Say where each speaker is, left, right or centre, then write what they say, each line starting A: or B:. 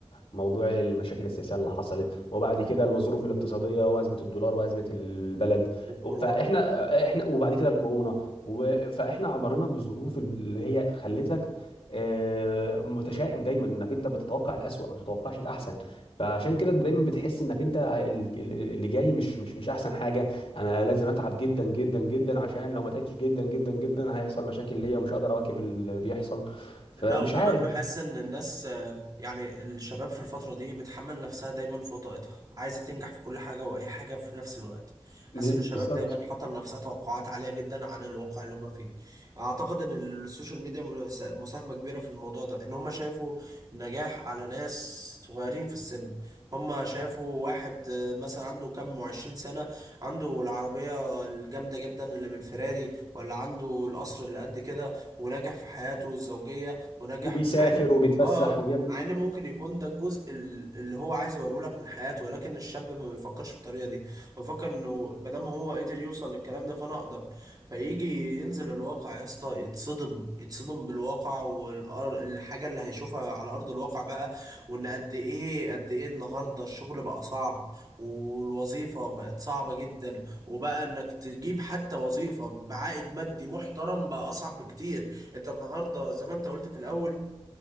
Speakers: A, on the left (about 60°); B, on the right (about 40°).
A: موضوع المشاكل السياسية اللي حصلت وبعد كده الظروف الاقتصادية وأزمة الدولار وأزمة البلد
B: والكورونا
A: فاحنا احنا وبعد كده الكورونا و- فاحنا عبرنا بظروف اللي هي خلتك آه، متشائم دايما انك انت بتتوقع الأسوأ ما بتتوقعش الأحسن فعشان كده دايما بتحس انك انت ال- ال- اللي جاي مش مش مش احسن حاجة انا لازم اتعب جدا جدا جدا عشان لو ما تعبتش جدا جدا جدا هيحصل مشاكل ليا ومش هقدر اواكب اللي بيحصل فمش
B: لا وكمان
A: عارف
B: بحس ان الناس آه، يعني الشباب في الفترة دي بتحمل نفسها دايما فوق طاقتها عايزة تنجح في كل حاجة واي حاجة في نفس الوقت
A: م-
B: حاسس ان الشباب
A: بالظبط
B: دايما حاطة لنفسها توقعات عالية جدا عن الواقع اللي هم فيه اعتقد ان السوشيال ميديا مس- مساهمة كبيرة في الموضوع ده ان هم شافوا نجاح على ناس صغيرين في السن هم شافوا واحد آه، مثلا عنده كام وعشرين سنة عنده العربية الجامدة جدا اللي من فيراري ولا عنده القصر اللي قد كده ونجح في حياته الزوجية ونجح
A: وبيسافر
B: مع ان
A: وبيتفسح
B: اه آه،
A: وبيعمل
B: مع ان ممكن يكون ده الجزء ال- اللي هو عايز يوريه لك من حياته ولكن الشاب ما بيفكرش بالطريقه دي بيفكر انه ما دام هو قدر يوصل للكلام ده فانا اقدر فيجي ينزل الواقع يا اسطى يتصدم يتصدم بالواقع والحاجه اللي هيشوفها على ارض الواقع بقى وان قد ايه قد ايه النهارده الشغل بقى صعب والوظيفه بقت صعبه جدا وبقى انك تجيب حتى وظيفة بعائد مادي محترم بقى اصعب بكتير انت النهارده زي ما انت قلت في الاول